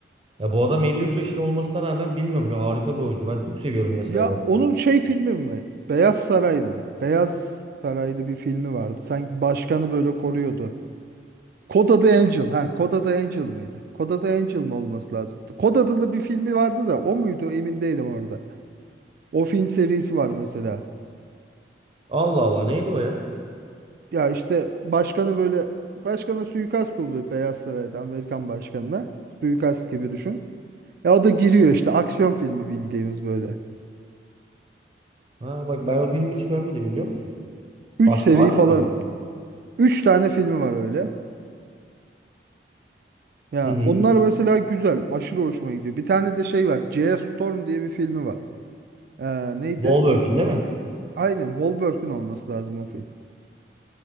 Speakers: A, on the right; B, on the right.
A: Ya bu adam 53 yaşında olmasına rağmen bilmiyorum ya harika bir oyuncu. Ben çok seviyorum mesela
B: Ya
A: bu adamı.
B: onun şey filmi mi? Beyaz Saray mı? Beyaz Saraylı bir filmi vardı. Sanki başkanı böyle koruyordu. Kod adı Angel. Ha, Kod adı Angel mıydı? Kod adı Angel mi olması lazım? Kod adlı bir filmi vardı da o muydu? Emin değilim orada. O film serisi var mesela.
A: Allah Allah neydi o ya?
B: Ya işte başkanı böyle başkana suikast oluyor Beyaz Saray'da Amerikan başkanına. Suikast gibi düşün. Ya o da giriyor işte aksiyon filmi bildiğimiz böyle.
A: Ha bak ben o filmi hiç görmedim biliyor musun?
B: üç
A: Başka
B: seri
A: var mı
B: falan.
A: öyle?
B: üç tane filmi var öyle. Ya
A: Hı hı.
B: onlar mesela güzel. Aşırı hoşuma gidiyor. Bir tane de şey var. J.S. Storm diye bir filmi var. Ee, neydi?
A: Wahlberg'in değil mi?
B: Aynen Wahlberg'ün olması lazım o film.